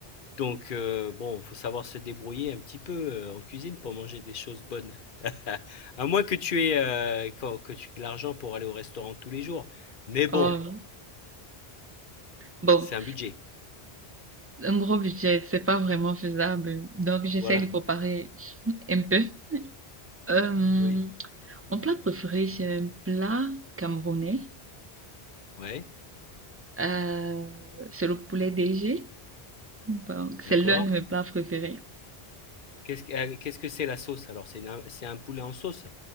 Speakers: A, on the left; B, on the right.
A: Donc, euh, bon, faut savoir se débrouiller un petit peu euh, en cuisine pour manger des choses bonnes. <laughs> À moins que tu aies, euh, quand- que tu aies l'argent pour aller au restaurant tous les jours. Mais bon,
B: oh. Bon,
A: c'est un budget.
B: un gros budget, c'est pas vraiment faisable, donc j'essaie
A: Voilà.
B: de préparer un peu. Euh,
A: Oui.
B: mon plat préféré, c'est un plat camerounais.
A: Ouais.
B: Euh, c'est le poulet DG. Bon, c'est
A: D'accord.
B: l'un de mes plats préférés.
A: Qu'est-ce que, euh, qu'est-ce que c'est la sauce alors? C'est une- c'est un poulet en sauce.